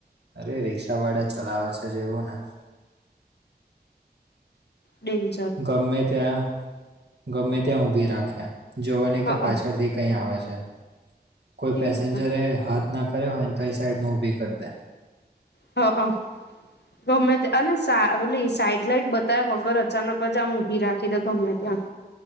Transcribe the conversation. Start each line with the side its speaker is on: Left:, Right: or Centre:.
Right: અરે રિક્ષા વાળા ચલાવે છે જ એવું ને.
Left: ડેન
Right: ગમે ત્યાં, ગમે ત્યાં ઊભી રાખે, જોવે નહીં
Left: હ
Right: કે
Left: હ
Right: પાછળથી કંઈ આવે છે. કોઈ
Left: એજ
Right: પેસેન્જરે
Left: ને
Right: હાથ ના કર્યો હોયને તોય સાઈડ ઉભી કર દે.
Left: અહં. ગમે ત્યાં અને સા ઓલી સાઈડ લાઈટ બતાવ્યા વગર અચાનક જ આમ ઊભી રાખી દે ગમે ત્યાં.